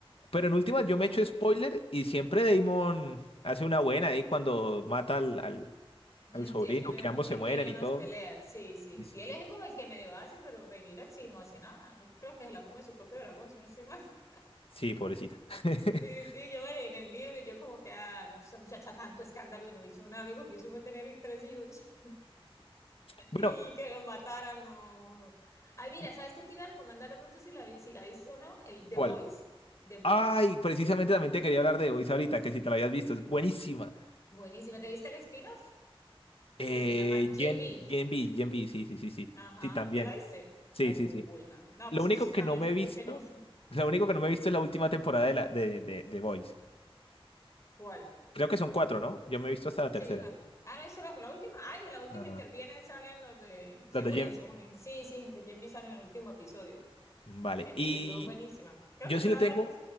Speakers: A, on the left; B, on the left.
A: Pero en últimas
B: <laughs>
A: yo me echo
B: sí.
A: spoiler y siempre Damon hace una buena ahí cuando mata al, al,
B: Ujú,
A: al sobrino,
B: Sí, él tiene,
A: que ambos
B: él
A: se mueren
B: tiene
A: y
B: unas
A: todo.
B: peleas, sí, sí,
A: Sí,
B: sí.
A: sí,
B: Él
A: sí.
B: es como el que medio hace, pero Rhaenyra en sí no hace nada. Yo creo que se la come su propio dragón, si no estoy mal. <laughs>
A: Sí, pobrecita. <laughs>
B: Sí, sí, yo me leí en el libro y yo como que, ah, no, esa muchacha tanto escándalo y no hizo nada, lo único que hizo fue tener tres hijos <laughs>
A: Bueno,
B: y que los mataran, no. Ay, mira,
A: ¿y
B: ¿sabes qué te iba a recomendar de pronto si la, vi- si la viste o no? El The
A: ¿cuál?
B: Boys, The Boys.
A: Ay, precisamente también te quería hablar de Voice ahorita, que si te la habías visto, es buenísima.
B: Buenísima. ¿Te viste el spin-off
A: Eh,
B: que se llama Jim
A: Gen,
B: B?
A: Gen B, Gen B, sí, sí, sí, sí.
B: Ajá,
A: Sí, también.
B: ¿te la viste?
A: Sí,
B: Ah, es
A: sí,
B: muy
A: sí.
B: buena. No,
A: Lo
B: pues
A: único
B: pues,
A: que
B: también
A: no me
B: estoy
A: he visto,
B: igual que yo. <laughs>
A: lo único que no me he visto es la última temporada de la de, de, de Voice.
B: ¿Cuál?
A: Creo que son cuatro, ¿no? Yo me he visto hasta la tercera.
B: Sí, cuatro. Ah, ¿no viste la, la última? Ay, en la última
A: No, no.
B: intervienen, salen los de... Se
A: Las de
B: unen,
A: Gen.
B: se unen. Sí, sí, de Jim B salen en el último episodio.
A: mm, Vale.
B: Es,
A: Y
B: bu- es bu- buenísima. Creo
A: yo
B: que
A: sí
B: todas
A: le tengo,